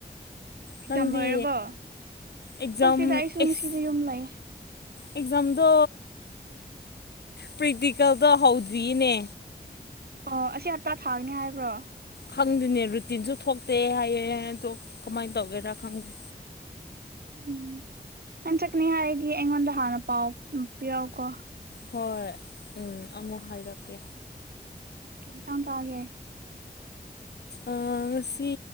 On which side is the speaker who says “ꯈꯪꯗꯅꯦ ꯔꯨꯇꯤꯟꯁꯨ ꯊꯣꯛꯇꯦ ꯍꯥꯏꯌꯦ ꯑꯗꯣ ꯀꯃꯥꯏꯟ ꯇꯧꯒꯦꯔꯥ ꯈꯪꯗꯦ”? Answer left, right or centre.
Left